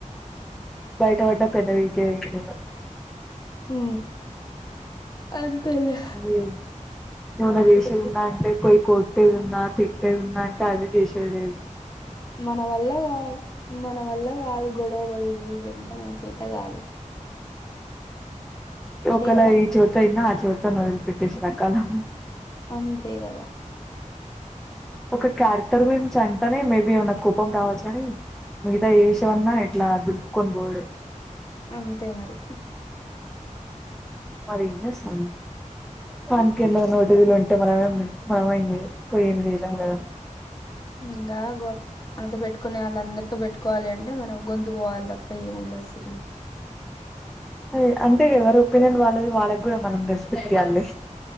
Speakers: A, in the centre; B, on the left.
A: బయటపడ్డా పెద్ద పీకేది ఏం లేదు వా
B: హు అంతేలే
A: అది ఏమన్నా చేసేది వుందా అంటే పోయి కొట్టేది ఉన్నాద తిట్టేది ఉన్నా అంటే అది చేసేలేదు
B: మన వల్ల గాదు మన వల్ల గాదు గొడవ పడుడు ఇ ఇదంతా మన చేత కాదు అంతే
A: ఒకల
B: కదా
A: ఈ చెవితో మిన్న ఇ ఆ చెవితో వదిలిపెట్టేసే రకాలు
B: అంతేగదా
A: ఒక క్యారెక్టర్ గురించి అంటనే మేబి ఏమన్నా కోపం రావచ్చ అని మిగతాఏ విషయం అన్న ఇట్లా దులుపుకొని పోవుడే
B: అంతే మరి
A: మరేం చేస్తాం. పన్కింద నోటి దూల ఉంటే. మనమే మనమేం జేయ్లే పోయి ఏంలేయ్లేం గాద
B: ఇంగాగో అంతో పెట్టుకునే వాళ్ళు అందరితో పెట్టుకోవాలి అంటే. మనం గొంతు పోవాలి తప్ప ఏం ఉండద్. ద్ సిరి
A: రే అంతే గదా రేప్పీనియన్ వాళ్ళది. వాళ్ళక్ గూడా మనం రెస్పెక్ట్ ఇయ్యాల్లే.